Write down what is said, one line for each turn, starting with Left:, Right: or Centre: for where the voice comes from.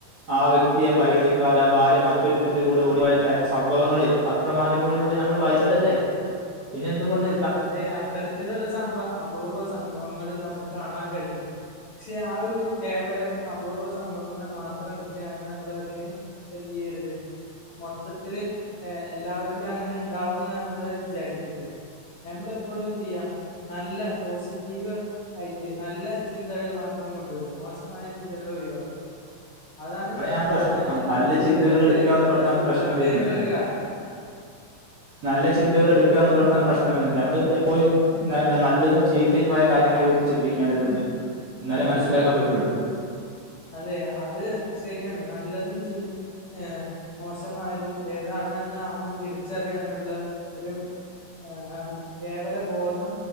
Right: ആഹ് വ്യക്തിയെ പരിഗണിക്കാതെ ആഹ് ഭാര്യ മറ്റൊരുത്തിന്റെ കൂടെ ഓടിപോയ ച സംഭവങ്ങള് പത്രവമാധ്യ മാധ്യമങ്ങളിലൂടെ ഞമ്മള് വായിച്ചതല്ലേ പിന്നെന്തുകൊണ്ട്
Left: അതെ അത്തരത്തിലുള്ള സംഭവ അപൂർവ സംഭവങ്ങൾ നമുക്ക് കാണാൻ കഴിയും ക്ഷെ ആ ഒരു കേവലം അപൂർവ സംഭവങ്ങള് മാത്രം എടുത്തയാല് നമ്മള് അതിന് എന്ത്യ്യരുത് മൊത്തത്തില് എല്ലാവരിലും അങ്ങനെ ഉണ്ടാവുന്ന് നമ്മള് വിചാരിക്കരുത് എപ്പളും എന്ത് ചെയ്യാ നല്ല പോസിറ്റീവ് ആയിറ്റ് നല്ല ചിന്തകള് മാത്രം കൊണ്ടുവരാ മോശമായ ചിന്തകള് ഒഴിവാക്കുക. അതാണ്
Right: അവിടെയാണ്
Left: പ്രധാനായിട്ട്
Right: പ്രശ്നം നല്ല
Left: നമ്മള് ജീവിതത്തിൽ
Right: ചിന്തകൾ എടുക്കുക എന്നുള്ളിടത്താണ്
Left: പുല പുലർത്തേണ്ട
Right: പ്രശ്നം വരുന്നത്
Left: ഒരു കാര്യം !!
Right: നല്ല ചിന്തകളെടുക്കുക എന്നുള്ളടത്താണ് പ്രശ്നം വരുന്നത് നമ്മള് എപ്പോഴും നല്ലതും ചീത്തയുമായ കാര്യങ്ങളെ കുറിച്ച് ചിന്തിക്കേണ്ടതുണ്ട് എന്നാലേ മനസ്സിലാക്കാൻ പറ്റുള്ളൂ
Left: അതെ അത് ശരിയാണ് നല്ലതും ചീ ഏഹ് മോശമായതും ഏതാണ് എന്ന് ആദ്യം തിരിച്ചറിയാനുള്ള ഒരു ആഹ് ആഹ് കേവലബോധം